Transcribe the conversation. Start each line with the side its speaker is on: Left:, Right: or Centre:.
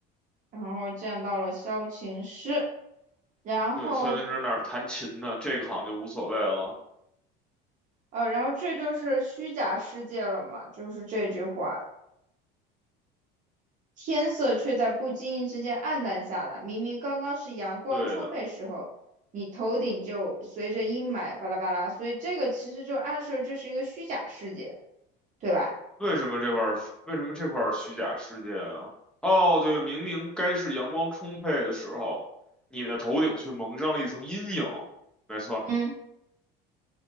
Right: 然后见到了萧琴师，然后
Centre: 对，萧敬腾那儿弹琴呢，这个好像就无所谓了。
Right: 呃，然后这就是虚假世界了嘛，就是这句话。天色却在不经意之间暗淡下来。明明刚刚是阳光充沛时候，
Centre: 对的，
Right: 你头顶就随着阴霾巴拉巴拉，所以这个其实就暗示这是一个虚假世界，对吧？
Centre: 为什么这块儿为什么这块儿虚假世界啊？哦，对，明明该是阳光充沛的时候，你的头顶却蒙上了一层阴影。没错，
Right: 嗯，